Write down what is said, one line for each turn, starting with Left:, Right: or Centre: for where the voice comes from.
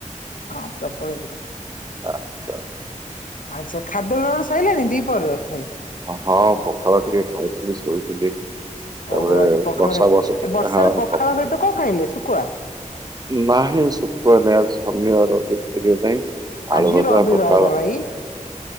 Left: ହଁ ପ୍ରବଳ ଭିଡ
Right: ଆଛା
Left: ଆଚ୍ଛା ଖାଦ୍ୟ ଗ୍ରହଣ ସରିଲାଣି ଦିପହରର ଭାଇ
Right: ହଁ ପଖାଳ ଟିକେ ଖାଇଥିଲି ଶୋଇଥିଲି। ତାପରେ
Left: ଓହୋ ଆଜି ପଖାଳ
Right: ବସା
Left: ଖାଇ
Right: ବସି ଟିକେ
Left: ଏ ବର୍ଷାରେ
Right: ହଁ
Left: ପଖାଳ
Right: ପକ୍ଷ
Left: ସହିତ କଣ ଖାଇଲେ ଶୁଖୁଆ
Right: ନାହିଁ ଶୁଖୁଆ ନାଁଇ ଆଜି ଶନିବାର ଟିକେ ନାଇଁ ଆଳୁ
Left: ଆଜି
Right: ଭଜା
Left: ରବିବାର
Right: ପଖାଳ
Left: ବା ଭାଇ